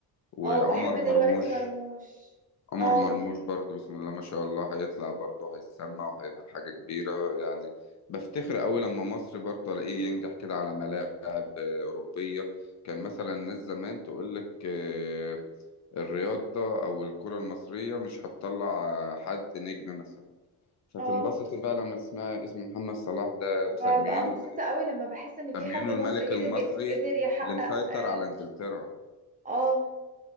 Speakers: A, on the left; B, on the right.
A: وعمر
B: اه بحب دلوقتي
A: مرموش
B: مرموش
A: عمر
B: اه
A: مرموش برضو بسم الله ما شاء الله هيطلع برضو هيسمع وهيبقى حاجة كبيرة يعني بفتخر أوي لما مصر برضو ألاقيه ينجح كده على ملاعب آه، أوروبية كان مثلا الناس زمان تقول لك آه، الرياضة أو الكرة المصرية مش هتطلع آه، حد نجم مثلا فتنبسط
B: اه
A: بقى لما تسمع اسم محمد صلاح ده مسميينه
B: ببقى مبسوطة قوي لما بحس ان في
A: مسميينه
B: حد مصري
A: الملك المصري
B: قدر قدر يحقق
A: اللي مسيطر
B: اه
A: على إنجلترا
B: آه،